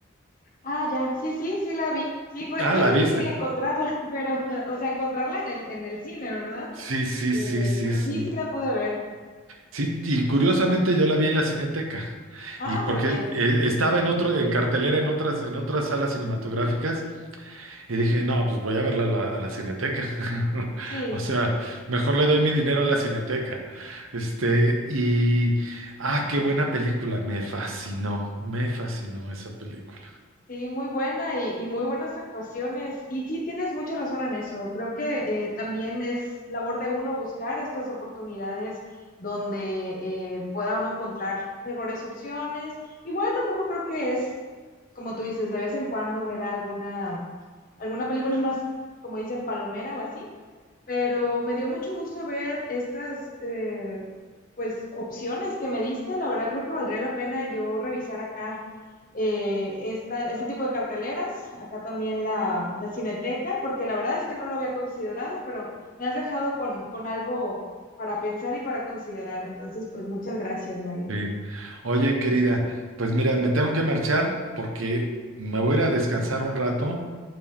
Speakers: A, on the left (about 45°); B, on the right (about 80°).
A: Ah, ya, sí, sí, sí la vi. Sí, fue,
B: Ah,
A: fue
B: la
A: difícil
B: viste.
A: encontrarla, <laughs> pero, o sea, encontrarla en el, en el cine, ¿verdad?
B: Sí, sí,
A: Eh,
B: sí, sí,
A: pero
B: sí.
A: sí, sí la pude ver.
B: Sí, y curiosamente yo la vi en la Cineteca.
A: Ah,
B: Y porque
A: muy bien.
B: eh, estaba en otro, en cartelera en otras, en otras salas cinematográficas, y dije, no, pues voy a verla a la, a la Cineteca. <laughs>
A: Sí,
B: O sea, mejor le doy mi dinero a la Cineteca. Este, y ah, qué buena película. Me fascinó, me fascinó esa película.
A: Sí, muy buena y, y muy buenas actuaciones. Y sí, tienes mucha razón en eso. Creo que eh, también es labor de uno buscar estas oportunidades donde eh, pueda uno encontrar mejores opciones. Igual tampoco creo que es, como tú dices, de vez en cuando ver alguna, alguna película <laughs> más, como dicen, palomera o así. Pero me dio mucho gusto ver estas eh, pues opciones que me diste. La verdad creo que valdría la pena yo revisar acá eh, esta, este tipo de carteleras, acá también la, la Cineteca, porque la verdad es que no lo había considerado, pero me has dejado con, con algo para pensar y para considerar. Entonces, pues muchas gracias, Mario.
B: Sí. Oye, querida, pues mira, me tengo que marchar porque me voy a ir a descansar un rato